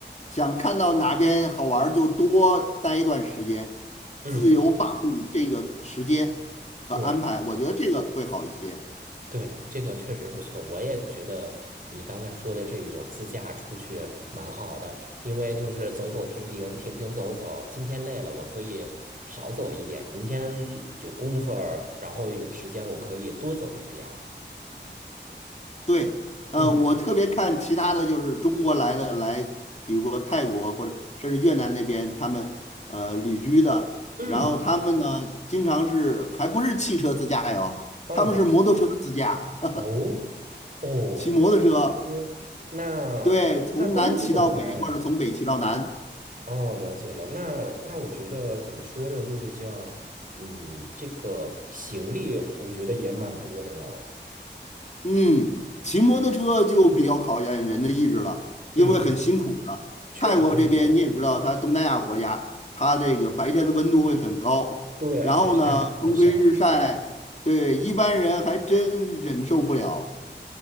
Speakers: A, on the left; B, on the right.
A: 想看到哪边好玩儿就多待一段时间，
B: 嗯，
A: 自由把控这个时间和安排，
B: 对。
A: 我觉得这个会好一些。
B: 对，这个确实不错，我也觉得你刚才说的这一种自驾出去蛮好的，因为就是走走停停，停停走走，今天累了，我可以少走一点，明天有功夫儿，然后有时间，我可以多走一点儿。
A: 对，呃，
B: 嗯
A: 我特别看其他的就是中国来的来，比如说泰国或者甚至越南那边，他们呃旅居的，
B: 嗯，
A: 然后他们呢经常是还不是汽车自驾游，
B: 哦
A: 他们是摩托车自驾，<laughs>
B: 哦哦，
A: 骑摩托车，
B: 多说，那那东西怎么办呀？
A: 对，从南骑到北或者从北骑到南。
B: 哦，了解了。那那我觉得怎么说呢？就是叫，嗯，这个行李我觉得也蛮多的了。
A: 嗯，骑摩托车就比较考验人的意志了，因为很辛苦的。
B: 嗯嗯，确实是这样。
A: 泰国这边你也知道，它东南亚国家，它这个白天的温度会很高，
B: 对，
A: 然后呢，
B: 很晒，
A: 风吹日晒，
B: 很晒。
A: 对，一般人还真忍受不了。